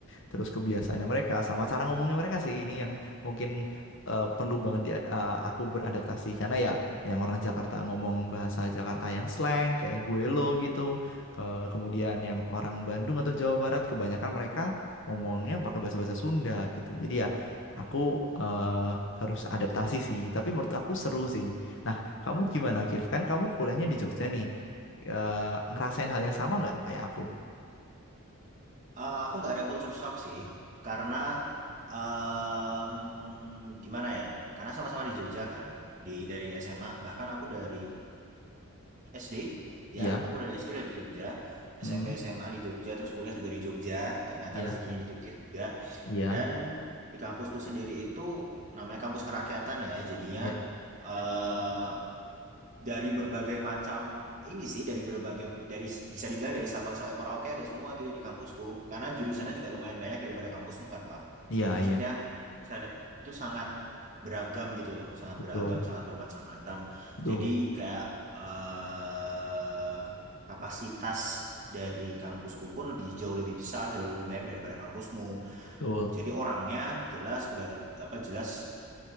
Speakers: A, on the left; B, on the right.
A: terus kebiasaannya mereka sama cara ngomongnya mereka sih ini yang mungkin eh, perlu banget di- eh, aku beradaptasi karena ya yang orang Jakarta ngomong bahasa Jakarta yang slang kayak gue lo gitu. Ke- kemudian yang orang Bandung atau Jawa Barat kebanyakan mereka ngomongnya pakai bahasa-bahasa Sunda gitu. Jadi ya aku eh, harus adaptasi sih, tapi menurut aku seru sih. Nah, kamu gimana, Kif? Kan kamu kuliahnya di Jogja nih. Eh, ngerasain hal yang sama nggak kayak aku?
B: Eh, aku nggak ada culture shock sih, karena em, gimana ya? Karena sama-sama di Jogja kan, di dari SMA. Bahkan aku dari SD,
A: Iya,
B: ya, aku dari SD udah di Jogja,
A: hmm,
B: SMP SMA di Jogja, terus kuliah juga di Jogja. Ternyata
A: iya,
B: rezekinya di Jogja juga.
A: iya,
B: Dan di kampusku sendiri itu namanya kampus kerakyatan ya, jadinya
A: iya,
B: eh, dari berbagai macam ini sih, dari berbagai dari bisa dibilang dari Sabang sampai Merauke ada semua gitu di kampusku. Karena jurusannya juga lumayan banyak daripada kampusmu kan, Pak.
A: iya,
B: Maksudnya
A: iya,
B: jurusannya itu sangat beragam gitu loh, sangat
A: betul,
B: beragam, sangat bermacam-macam.
A: betul,
B: Jadi kayak eh kapasitas dari kampusku pun lebih jauh lebih besar, jauh lebih banyak daripada kampusmu
A: betul,
B: jadi orangnya jelas udah apa jelas